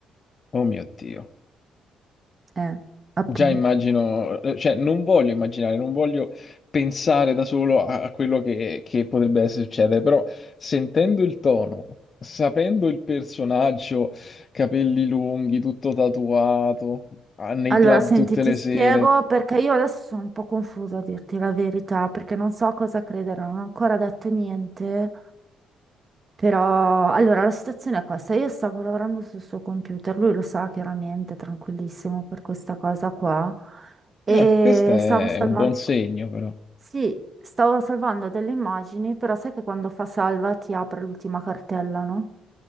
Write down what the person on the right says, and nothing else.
eh, appunto.
Allora,
senti,
ti
spiego
perché io adesso sono un po' confusa a dirti la verità, perché non so a cosa credere, non ho ancora detto niente. Però, allora, la situazione è questa. Io stavo lavorando sul suo computer, lui lo sa chiaramente, tranquillissimo per questa cosa qua. E
stavo salvando,
sì, stavo salvando delle immagini, però sai che quando fa salva ti apre l'ultima cartella, no?